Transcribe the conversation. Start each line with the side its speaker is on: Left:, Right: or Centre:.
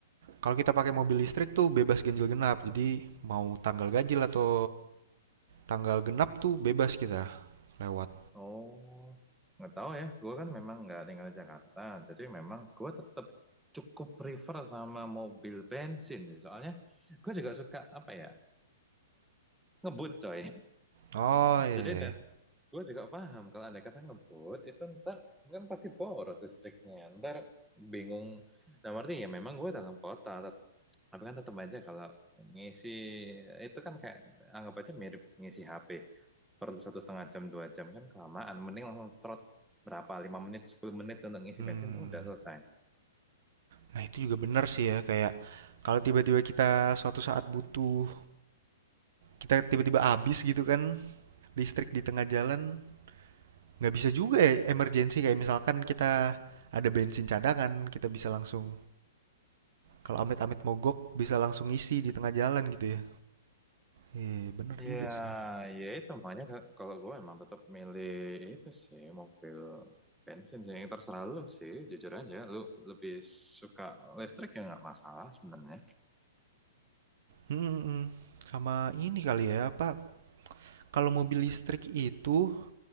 Right: kalau kita pakai mobil listrik tuh bebas ganjil genap jadi mau tanggal ganjil atau tanggal genap tuh bebas kita lewat
Centre: Oh, nggak tahu ya. Gue kan memang nggak tinggal di Jakarta, jadi memang gue tetap cukup prefer sama mobil bensin. sih. Soalnya gue juga suka apa ya ngebut coy.
Right: oh
Centre: <laughs>
Right: iya
Centre: Jadi
Right: iya. iya.
Centre: Gue juga paham kalau andai kata ngebut itu ntar kan pasti boros listriknya, ntar bingung. Nah, berarti ya memang gue dalam kota, tet- tapi kan tetap aja kalau ngisi itu kan kayak anggap aja mirip ngisi HP. Perlu satu setengah jam, dua jam kan kelamaan. Mending langsung trot berapa, lima menit, sepuluh menit untuk ngisi
Right: Hmm,
Centre: bensin, udah selesai.
Right: nah itu juga benar sih ya, kayak kalau tiba-tiba kita suatu saat butuh, kita tiba-tiba habis gitu kan, listrik di tengah jalan, nggak bisa juga ya emergency kayak misalkan kita ada bensin cadangan, kita bisa langsung kalau amit-amit mogok bisa langsung isi di tengah jalan gitu ya. Eh, benar
Centre: Ya,
Right: juga sih.
Centre: ya itu makanya ke- kalau gue emang tetap milih itu sih mobil bensin sih. Terserah lu sih, jujur aja. Lu lebih suka listrik ya nggak masalah sebenarnya.
Right: Hmm, hmm, hmm. sama ini kali ya, apa kalau mobil listrik itu